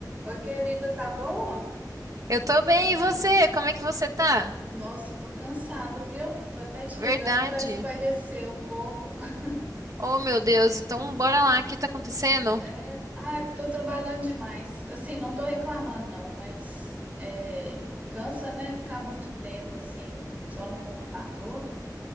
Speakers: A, on the right; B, on the right.
A: Oi, querida, tá boa?
B: Eu tô bem, e você? Como é que você tá?
A: Nossa, eu tô cansada, viu? Tô até te
B: Verdade.
A: ligando pra espairecer um pouco. <laughs>
B: Oh, meu Deus, então bora lá, o que tá acontecendo?
A: É, ah, tô trabalhando demais. Assim, não tô reclamando, não, mas é, cansa, né? Ficar muito tempo, assim, só no computador.